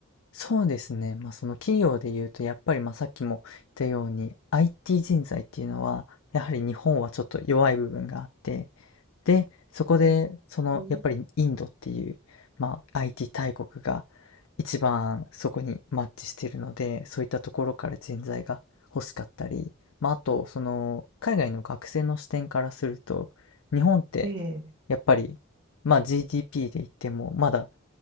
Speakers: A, on the left; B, on the right.
A: そうですね。まあ、その企業で言うと、やっぱりまあさっきも言ったように、IT 人材っていうのは、やはり日本はちょっと弱い部分があって、で、そこで、
B: え
A: その、
B: え
A: やっぱりインドっていう、まあ、IT 大国が一番そこにマッチしているので、そういったところから人材が欲しかったり、まあ、あと、その、海外の学生の視点からすると、日本って、
B: ええ、
A: やっぱり、まあ、GDP で言っても、まだ